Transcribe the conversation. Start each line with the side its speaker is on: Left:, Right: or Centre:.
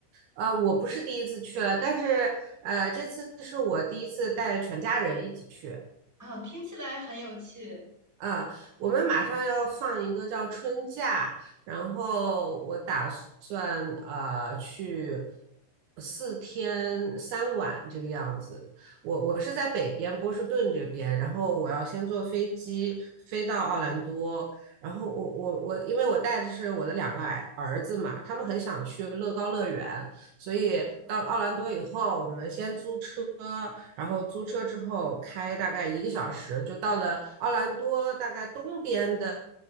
Right: 呃，我不是第一次去了，但是呃，这次是我第一次带全家人一起去，
Centre: 哦，听起来很有趣。
Right: 啊，我们马上要放一个叫春假，然后我打算呃去四天三晚这个样子。我我是在北边波士顿这边，然后我要先坐飞机飞到奥兰多，然后我我我，因为我带的是我的两个儿儿子嘛，他们很想去乐高乐园，所以到奥兰多以后，
Centre: 啊
Right: 我们先租车，然后租车之后开大概一个小时，就到了奥兰多大概东边的